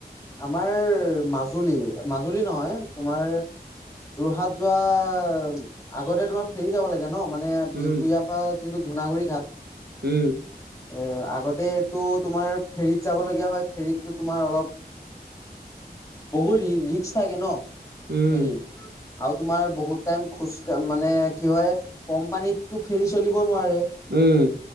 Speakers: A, on the left; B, on the right.
A: আমাৰ মাজুলী মাজুলী নহয় তোমাৰ। যোৰহাট যোৱা। আগতে তোমাৰ ফেৰি যাব লাগে ন মানে বিহপুৰীয়াৰ
B: উম
A: পৰা যোনটো ধুনাগুৰি ঘাট।
B: উম।
A: এ আগতেটো তোমাৰ ফেৰীত যাব লগীয়া হয় ফেৰীততো তোমাৰ অলপ। বহুত ৰি্কছ থাকে ন।
B: উম।
A: ফেৰীত আৰু তোমাৰ বহুত টাইম খোজকাঢ মানে কি হয় কম পানীটো ফেৰি চলিব নোৱাৰে।
B: উম।